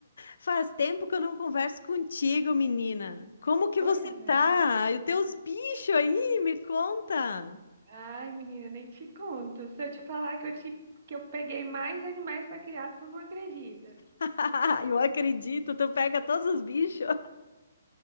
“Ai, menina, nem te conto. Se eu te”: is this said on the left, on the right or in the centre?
Right